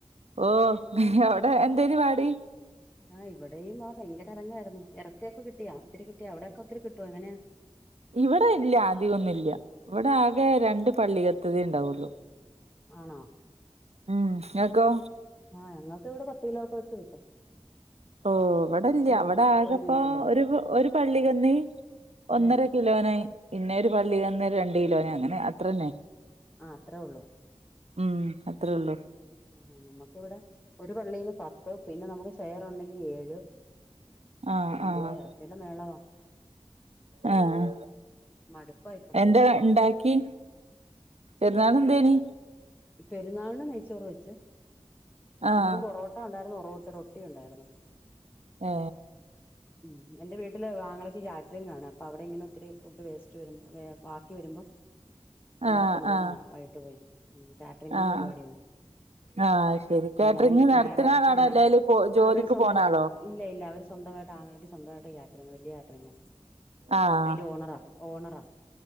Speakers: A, on the right (about 80°); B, on the left (about 15°).
A: ഓഹ് അവിടെ എന്തേനി പാട്
B: ആഹ് ഇവിടെയും ആഹ് ഭയങ്കര എറങ്ങാരുന്നു എറച്ചിയൊക്കെ കിട്ടിയാ ഒത്തിരി കിട്ടിയാ അവിടെക്കെ ഒത്തിരി കിട്ടോ എങ്ങനാ
A: ഇവിടെ ഇല്യ അദികൊന്നും ഇല്ല ഇവിടെ ആകെ രണ്ട് പള്ളികത്തതേ ഉണ്ടാവുള്ളൂ
B: ആണോ
A: ഉം ഇങ്ങക്കോ
B: ആഹ് ഞങ്ങക്ക് ഇവിടെ പത്ത് കിലോക്കെ വെച്ച് കിട്ടും
A: ഓഹ് ഇവടില്യ
B: ഒരു
A: ഇവിടെ ആകെപ്പോ
B: ഒരു വീട്ടില്
A: ഒരു ഒരു പള്ളികന്ന് ഒന്നരക്
B: ആ
A: കിലോനായി പിന്നെ ഒരു പള്ളി തന്ന രണ്ട് കിലോന അങ്ങനെ അത്ര തന്നെ.
B: ആഹ് അത്രേ ഉള്ളു.
A: ഉം അത്രേള്ളൂ.
B: ഉം നമ്മക്കിവിടെ ഒരു പള്ളിയിൽന്ന് പത്ത് പിന്നെ നമുക്ക് ഷെയർ ഉണ്ടെങ്കി ഏഴ്
A: ആഹ്
B: അങ്ങനെ
A: ആഹ്
B: ഇറച്ചിടെ മേളവാ.
A: ആഹ്
B: മടുപ്പാ ഇപ്പൊ
A: എന്താ ണ്ടാക്കീ? പേര്ന്നാൾന് എന്തേനി?
B: പെരുന്നാൾന് നെയ്ച്ചോറ് വെച്ച്
A: ആഹ്
B: ഇന്നും പൊറോ ട്ട ണ്ടാരുന്നു ഒറോട്ട റോട്ടി ഉണ്ടായിരുന്നു.
A: ഏ
B: <inaudible> ഉം എന്റെ വീട്ടില് ആങ്ങളേക്ക് കാറ്ററിംഗ് ആണ് അപ്പൊ അവടെ ഇങ്ങനെ ഒത്തിരി ഫുഡ് വേസ്റ്റ് വരുമ്പോ ബാക്കി വരുമ്പോം ഇന്നലെ
A: ആഹ്
B: കൊണ്ടുവന്നാ
A: ആഹ്
B: വൈകിട്ട് പോയി ഉം കാറ്ററിങ്ങിന്റെ
A: ആഹ്
B: പരിപാടിയാണ്.
A: ആഹ് ശരി കാറ്ററിംഗ്
B: ഇന്നലെ
A: നടത്ത്ണ
B: ഞാറാ
A: ആളാണോ
B: ഞാ
A: അല്ലേല് പോ ജോലിക്ക്
B: അവര് സ്വന്തവാക്കി.
A: പോണ ആളോ
B: ഇല്ല ഇല്ല അവര് സ്വന്തമായിട്ട് ആങ്ങളേക്ക് സ്വന്തമായിട്ട് കാറ്ററിങ് വല്ല്യ കാറ്ററിങ്ങാ
A: ആഹ്
B: അയ്ന്റെ ഓണറാ. ഓണറാ.